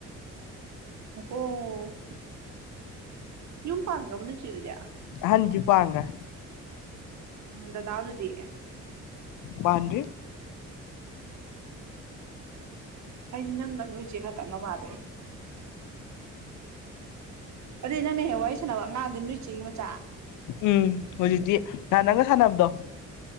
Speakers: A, on the right (about 65°); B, on the left (about 85°).
A: ꯑꯣꯍꯣ ꯌꯨꯝ ꯄꯥꯟꯒ꯭ꯔꯕꯣ ꯅꯣꯏ ꯆꯦꯗꯨꯗꯤ
B: ꯑꯝꯗꯤ ꯄꯥꯟꯒ꯭ꯔꯦ
A: ꯎꯝ ꯗꯗꯥꯗꯨꯗꯤ
B: ꯄꯥꯟꯗ꯭ꯔꯤ
A: ꯑꯩꯗꯤ ꯅꯪꯒ ꯅꯣꯏ ꯆꯦ ꯈꯇꯪꯒ ꯃꯥꯜꯂꯦ ꯑꯗꯨꯗꯤ ꯅꯪꯅ ꯍꯦꯛ ꯋꯥꯔꯤ ꯁꯥꯟꯅꯕ ꯑꯉꯥꯡꯗꯨ ꯅꯣꯏ ꯆꯦꯒꯤ ꯃꯆꯥ
B: ꯎꯝ ꯍꯧꯖꯤꯛꯇꯤ ꯅꯍꯥꯟ ꯅꯪꯒ ꯁꯥꯟꯅꯕꯗꯣ